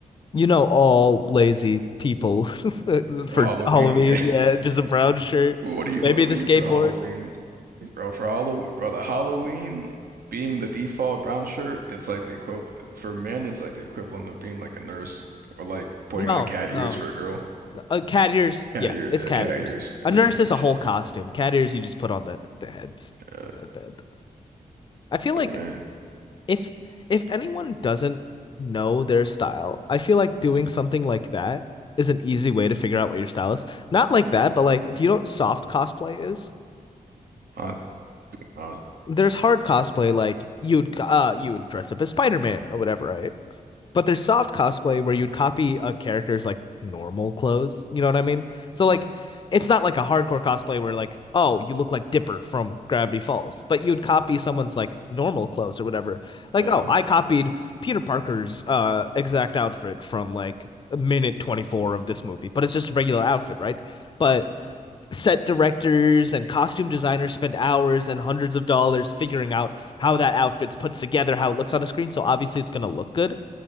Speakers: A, on the left (about 35°); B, on the right (about 85°).
A: You know, all lazy people <laughs>
B: for
A: for
B: Halloween.
A: Halloween.
B: <laughs> Yeah.
A: Yeah, just a brown shirt.
B: Well, What are you?
A: Maybe
B: What, what
A: the skateboard.
B: are you for Halloween, bro? For Halloween, bro. The Halloween being the default brown shirt is like the equivalent for men. It's like the equivalent of being like a nurse or like putting
A: No,
B: on cat
A: no.
B: ears for a girl.
A: Uh, cat ears.
B: Cat
A: Yeah,
B: ears,
A: it's
B: yeah,
A: cat
B: cat
A: ears.
B: ears,
A: A nurse
B: yeah, for
A: is a
B: sure.
A: whole costume. Cat ears, you just put on the, the heads.
B: Yeah,
A: That bad. I feel
B: but
A: like
B: man.
A: if if anyone doesn't know their style, I feel like doing something like that is an easy way to figure out what your style is. Not like that, but like, do you know what soft cosplay is?
B: I Uh,
A: There's hard cosplay, like you'd uh you would dress up as Spider-Man or whatever, right? But there's soft cosplay where you'd copy a character's like normal clothes. You know what I mean? So like it's not like a hardcore cosplay where like, oh, you look like Dipper from Gravity Falls, but you'd copy someone's like normal clothes or whatever. Like,
B: yeah,
A: oh, I copied Peter Parker's uh exact outfit from like minute 24 of this movie, but it's just a regular outfit, right? But set directors and costume designers spend hours and hundreds of dollars figuring out how that outfit's put together, how it looks on a screen. So obviously it's going to look good